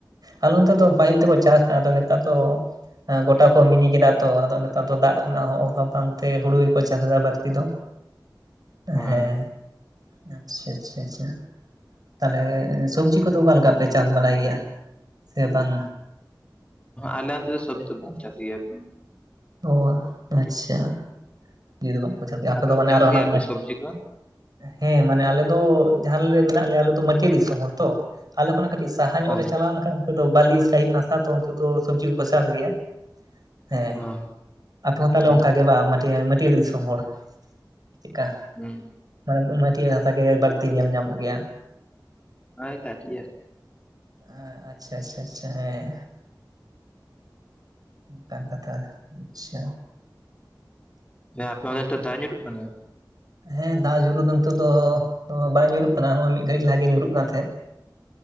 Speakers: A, on the right (about 55°); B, on the left (about 15°).
A: ᱟᱞᱮ ᱚᱱᱛᱮ ᱫᱚ ᱯᱟᱭᱤᱞ ᱛᱮ ᱠᱚ ᱪᱟᱥᱟ ᱟᱫᱚ ᱱᱮᱛᱟᱨ ᱫᱚ ᱟ ᱜᱚᱴᱟ ᱠᱚ ᱢᱤᱱᱤ ᱠᱮᱫᱟ ᱛᱚ ᱟᱫᱚ ᱱᱮᱛᱟᱨ ᱫᱚ ᱫᱟᱜ ᱨᱮᱱᱟᱜ ᱦᱚᱸ ᱚᱵᱷᱟᱵ ᱵᱟᱝᱛᱮ ᱦᱩᱲᱩ ᱜᱮᱠᱚ ᱪᱟᱥ ᱫᱟ ᱵᱟᱹᱲᱛᱤ ᱫᱚ
B: ᱦᱩᱸ
A: ᱦᱮᱸ᱾ ᱟᱪᱪᱷᱟ ᱟᱪᱪᱷᱟ ᱟᱪᱪᱷᱟ᱾ ᱛᱟᱦᱞᱮ ᱥᱚᱵᱽᱡᱤ ᱠᱚᱫᱚ ᱚᱠᱟ ᱞᱮᱠᱟ ᱯᱮ ᱪᱟᱥ ᱵᱟᱲᱟᱭ ᱜᱮᱭᱟ ᱥᱮ ᱵᱟᱝ?
B: ᱟᱞᱮ ᱚᱱᱛᱮ ᱫᱚ ᱥᱚᱵᱽᱡᱤ ᱵᱟ ᱪᱟᱥ ᱜᱮᱭᱟ ᱠᱚ᱾
A: ᱚ ᱟᱪᱪᱷᱟ ᱤᱭᱟ ᱫᱚ ᱵᱟᱝ ᱠᱚ ᱪᱟᱥ ᱜᱮᱭᱟ ᱟᱯᱮ ᱫᱚ
B: ᱚᱱᱛᱮ
A: ᱢᱟᱱᱮ
B: ᱪᱟᱥ
A: ᱟᱨᱚ ᱦᱟᱱᱟ
B: ᱜᱮᱭᱟ ᱯᱮ ᱥᱚᱵᱽᱡᱤ ᱠᱚ
A: ᱦᱮᱸ ᱢᱟᱱᱮ ᱟᱞᱮ ᱫᱚ ᱡᱟᱦᱟᱸ ᱨᱮᱞᱮ ᱢᱮᱱᱟᱜ ᱞᱮᱭᱟ ᱟᱞᱮ ᱫᱚ ᱢᱟᱪᱮᱫᱤ ᱥᱚᱢᱚᱭ ᱛᱚ ᱟᱞᱮ ᱠᱷᱚᱱᱟᱜ ᱠᱟᱹᱴᱤᱡ ᱥᱟᱦᱟ ᱧᱚᱜ
B: ᱚ
A: ᱨᱮ ᱪᱟᱞᱟᱣ ᱞᱮᱠᱷᱟᱱ ᱯᱩᱨᱟᱹ ᱵᱟᱹᱞᱤ ᱥᱟᱹᱦᱤ ᱦᱟᱥᱟ ᱛᱚ ᱚᱱᱛᱮ ᱫᱚ ᱥᱚᱵᱽᱡᱤ ᱠᱚ ᱠᱚ ᱪᱟᱥ ᱜᱮᱭᱟ᱾ ᱦᱮᱸ
B: ᱦᱚᱸ
A: ᱟᱯᱮ ᱦᱚᱸ ᱛᱟᱦᱞᱮ
B: ᱦᱩᱸ
A: ᱚᱱᱠᱟ ᱜᱮ ᱵᱟᱝ ᱢᱟᱹᱴᱭᱟᱹᱲ ᱢᱟᱹᱴᱭᱟᱹᱨᱲ ᱫᱤᱥᱚᱢ ᱦᱚᱲ ᱪᱮᱜᱠᱟ
B: ᱦᱩᱸ
A: ᱢᱟᱱᱮ ᱢᱟᱴᱤᱭᱟᱹᱲ ᱦᱟᱥᱟ ᱜᱮ ᱵᱟᱹᱲᱛᱤ ᱧᱮᱞ ᱧᱟᱢᱚᱜ ᱜᱮᱭᱟ᱾
B: ᱦᱮᱸ ᱠᱟᱴᱤᱭᱟ᱾
A: ᱟ ᱟᱪᱪᱷᱟ ᱟᱪᱪᱷᱟ ᱟᱪᱪᱷᱟ ᱦᱮᱸ᱾ ᱚᱱᱠᱟᱱ ᱠᱟᱛᱷᱟ ᱟᱪᱪᱷᱟ᱾
B: ᱦᱮᱸ ᱟᱯᱮ ᱚᱱᱛᱮ ᱫᱚ ᱫᱟᱜ ᱧᱩᱨᱩᱜ ᱠᱟᱱᱟ?
A: ᱦᱮᱸ ᱫᱟᱜ ᱡᱩᱨᱩᱜ ᱫᱚ ᱱᱤᱛᱚᱜ ᱫᱚ ᱵᱟᱝ ᱧᱩᱨᱩᱜ ᱠᱟᱱᱟ ᱦᱚᱭᱚᱭ ᱢᱤᱫ ᱜᱷᱟᱹᱲᱤᱡ ᱞᱟᱦᱟ ᱜᱮ ᱧᱩᱨᱩᱜ ᱠᱟᱱ ᱛᱟᱦᱮᱸᱫ᱾